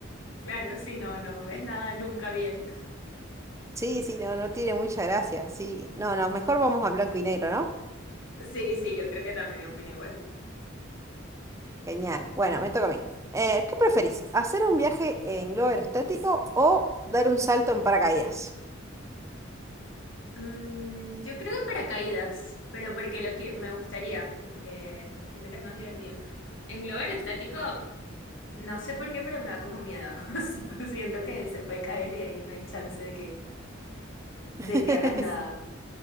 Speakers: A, on the left (about 70°); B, on the right (about 15°).
A: Claro, sí, no, no ves nada nunca bien. <laughs>
B: Sí, sí, no, no tiene mucha gracia, sí. No, no, mejor vamos a blanco y negro, ¿no?
A: Sí, sí, yo creo que también opino igual.
B: Genial. Bueno, me toca a mí. Eh, ¿qué preferís? ¿Hacer un viaje en globo aerostático o dar un salto en paracaídas?
A: Mm, yo creo que paracaídas, pero porque lo que me gustaría, como que siento que es más divertido. En globo aerostático. No sé por qué, pero me da como miedo. <laughs> Sí, pues, siento que se puede caer y ahí no hay chance de que, de
B: <laughs>
A: que hagas nada.